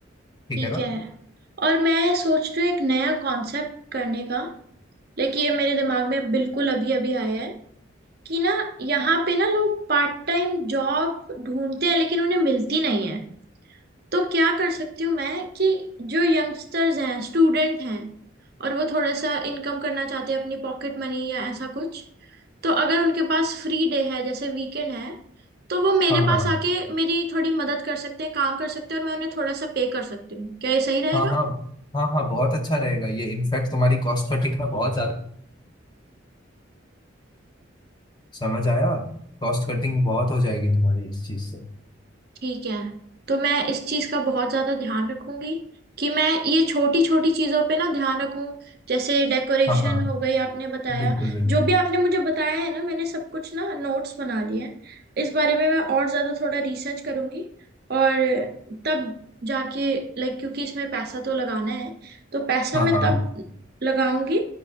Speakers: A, on the left; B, on the right.
A: ठीक
B: ठीक
A: है ना
B: है और मैं सोच रही हूँ एक नया कॉन्सेप्ट करने का लेकिन ये मेरे दिमाग में बिल्कुल अभी अभी आया है कि ना यहाँ पे ना लोग पार्ट टाइम जॉब ढूंढते हैं लेकिन उन्हें मिलती नहीं है तो क्या कर सकती हूँ मैं कि जो यंगस्टर्स हैं स्टूडेंट हैं और वो थोड़ा सा इनकम करना चाहते हैं अपनी पॉकेट मनी या ऐसा कुछ तो अगर उनके पास फ्री डे है जैसे वीकेंड है तो वो मेरे
A: हाँ
B: पास
A: हाँ
B: आके मेरी थोड़ी मदद कर सकते हैं काम कर सकते हैं और मैं उन्हें थोड़ा सा पे कर सकती हूँ क्या ये सही रहेगा
A: हाँ हाँ हाँ हाँ बहुत अच्छा रहेगा ये इनफैक्ट तुम्हारी कॉस्ट कटिंग में बहुत ज्यादा समझ आया कॉस्ट कटिंग बहुत हो जाएगी तुम्हारी इस चीज से
B: ठीक है तो मैं इस चीज का बहुत ज्यादा ध्यान रखूंगी कि मैं ये छोटी छोटी चीजों पे ना ध्यान रखूं जैसे डेकोरेशन
A: हाँ हाँ
B: हो गई आपने बताया
A: बिल्कुल बिल्कुल
B: जो भी आपने मुझे बताया है ना मैंने सब कुछ ना नोट्स बना लिए हैं इस बारे में मैं और ज्यादा थोड़ा रिसर्च करूंगी और तब जाके लाइक क्योंकि इसमें पैसा तो लगाना है तो पैसा
A: हाँ
B: मैं
A: हाँ
B: तब लगाऊंगी